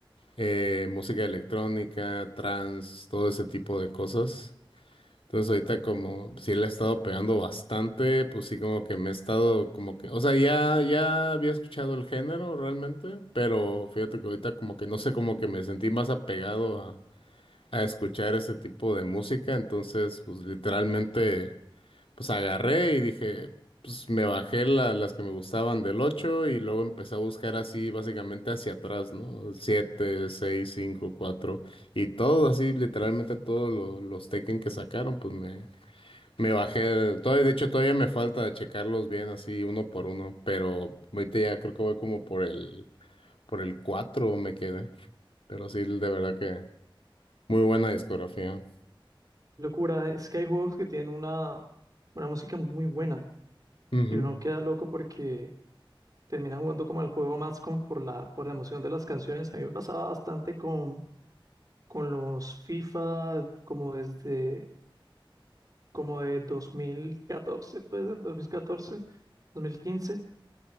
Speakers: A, on the left (about 85°); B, on the right (about 40°).
A: eh, música electrónica, trance, todo ese tipo de cosas. Entonces ahorita como sí le he estado pegando bastante, pues sí como que me he estado como que, o sea, ya, ya había escuchado el género realmente, pero fíjate que ahorita como que no sé, como que me sentí más apegado a, a escuchar ese tipo de música, entonces pues literalmente... Pues agarré y dije, pues me bajé la- las que me gustaban del 8 y luego empecé a buscar así básicamente hacia atrás, ¿no? 7, 6, 5, 4 y todo así, literalmente todos lo- los Tekken que sacaron, pues me, me bajé, todavía, de hecho todavía me falta de checarlos bien así uno por uno, pero ahorita ya creo que voy como por el, por el 4 me quedé, pero sí, de verdad que muy buena discografía.
B: locura, es que hay juegos que tienen una, una música muy buena
A: Ujú,
B: y uno queda loco porque termina jugando como el juego más como por la, por la emoción de las canciones. A mí me pasaba bastante con, con los FIFA como desde como de 2014, puede ser dos dos mil catorce dos mil quince.